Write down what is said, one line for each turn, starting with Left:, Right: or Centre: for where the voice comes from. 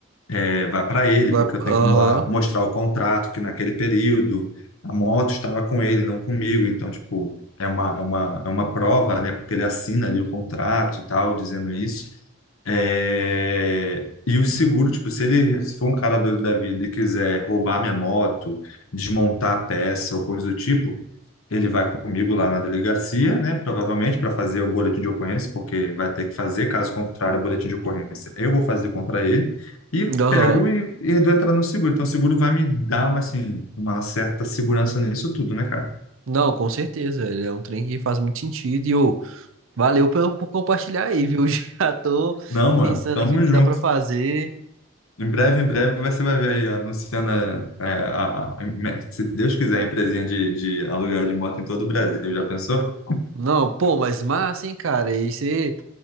Left: é, vai para ele,
Right: Vai-
Left: porque eu
Right: Aham,
Left: tenho como lá mostrar o contrato, que naquele período a moto estava com ele, não comigo. Então, tipo, é uma, é uma, é uma prova, né? Porque ele assina ali o contrato e tal, dizendo isso. É, E o seguro, tipo, se ele se for um cara doido da vida e quiser roubar minha moto, desmontar a peça ou coisa do tipo, ele vai comigo lá na delegacia, né? Provavelmente para fazer o boletim de ocorrência, porque vai ter que fazer, caso contrário, o boletim de ocorrência eu vou fazer contra ele, e
Right: aham.
Left: pego e, e dou entrada no seguro. Então, o seguro vai me dar uma, assim, uma certa segurança nisso tudo, né, cara?
Right: Não, com certeza, ele é um trem que faz muito sentido. E eu, valeu por, por compartilhar aí, viu? <laughs> Já tô
Left: Não, mano,
Right: pensando
Left: tamo
Right: aqui o que
Left: junto.
Right: dá pra fazer.
Left: Em breve, em breve, você vai ver aí, ó, anunciando, é, a, a- se Deus quiser, a empresinha de, de aluguel de moto em todo o Brasil. Já pensou?
Right: Não, pô, mas massa, hein, cara? E aí você.